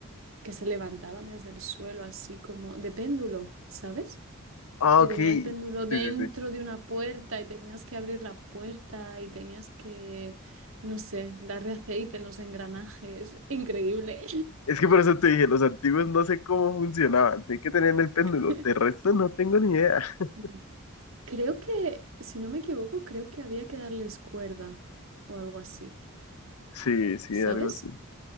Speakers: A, on the right; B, on the left.
A: que se levantaban desde el suelo, así como de péndulo, ¿sabes?
B: Ah,
A: que
B: ok.
A: tenía
B: Sí,
A: el péndulo dentro
B: sí, sí.
A: de una puerta y tenías que abrir la puerta y tenías que, no sé, darle aceite en los engranajes. Increíble.
B: Es que por eso te dije, los antiguos no sé cómo funcionaban. Tienen que tener el péndulo.
A: <laughs>
B: De resto no tengo ni idea. <laughs>
A: Ujú. Creo que, si no me equivoco, creo que había que darles cuerda o algo así,
B: Sí, sí,
A: ¿sabes?
B: algo así.